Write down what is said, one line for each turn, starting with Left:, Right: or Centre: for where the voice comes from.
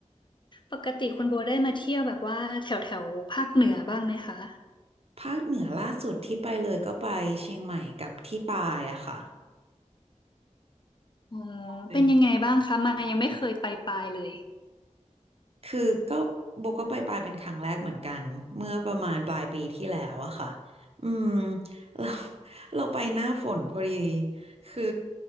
Left: ปกติคุณโบได้มาเที่ยวแบบว่าแถวแถวภาคเหนือบ้างไหมคะ
Right: ภาคเหนือล่าสุดที่ไปเลยก็ไปเชียงใหม่กับที่ปายอะค่ะ
Left: อ๋อ
Right: ไป
Left: เป็นยังไงบ้างคะมายยังไม่เคยไปปลายเลย
Right: คือก็โบก็ไปปลายเป็นครั้งแรกเหมือนกันเมื่อประมาณปลายปีที่แล้วอะค่ะอืมเรา <laughs> เราไปหน้าฝนพอดีคือ